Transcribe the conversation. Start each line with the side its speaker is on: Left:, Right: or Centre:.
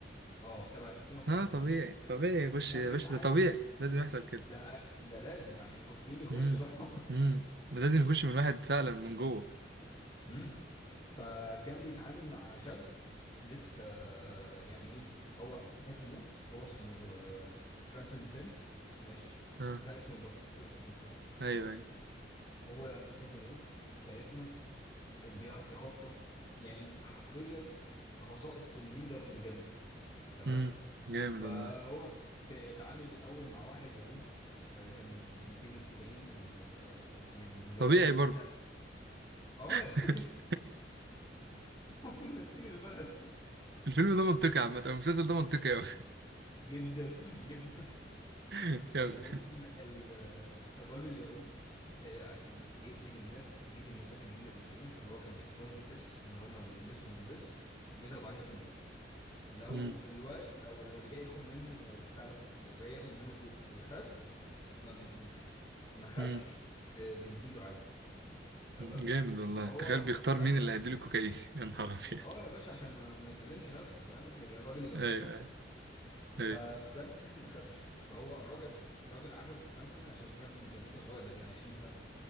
Left: اه تبع الحكومه بتاع
Right: اه
Left: امريكا
Right: طبيعي طبيعي يخش
Left: كان
Right: يا
Left: بيتعامل
Right: باشا ده طبيعي لازم يحصل كده
Left: ده ده لازم عشان الكوكايين يخش
Right: امم
Left: طبعا
Right: امم ده لازم يخش من الواحد فعلا من جوه
Left: <laughs> فكان بيتعامل مع شاب لسه يعني ايه هو ذكي موت هو اسمه آه، فرانكلين سنت ماشي
Right: اه
Left: ده اسم البطل فرانكلين سنت
Right: ايوه ايوه
Left: هو ذكي موت كاريزما بيعرف يخطط يعني حرفيا خصائص الليدر بجد تمام
Right: امم جامد
Left: فهو
Right: والله
Left: ك- اتعامل الاول مع واحد يهودي آه، كان بيجيب الكوكايين من آه، من من اللي
Right: طبيعي
Left: هو
Right: برضه
Left: بتاع اه
Right: <laughs>
Left: <laughs> هم ماسكين البلد
Right: الفيلم ده منطقي عامة أو المسلسل ده منطقي أوي
Left: جدا <laughs> جدا
Right: <laughs> كمل
Left: فالمهم ال- الراجل اليهودي آه، عشان يدي للناس يدي للناس الجديده كوكايين فهو كان بيحطهم في تيست ان هم بيلبسهم فيست وبيضرب عليهم النور لو
Right: امم
Left: الوقت لو لو اللي جاي ياخد منه بتاع ده لو جاي ياخد منه كوك آه، خاف ما بيدلوش ما خافش
Right: امم
Left: آه، بيديله عادي تمام
Right: جامد والله
Left: فهو
Right: تخيل بيختار
Left: فرانكلين
Right: مين اللي هيديله كوكايين <laughs> يا نهار أبيض
Left: اه يا باشا عشان ما, ما يسلمش نفسه فاهم يا الراجل يبقى
Right: أيوه أيوه أيوه
Left: ففرانكلين ما خافش فهو الراجل الراجل عجبه فرانكلين عشان فرانكلين كان لسه صغير ده كان 20 سنه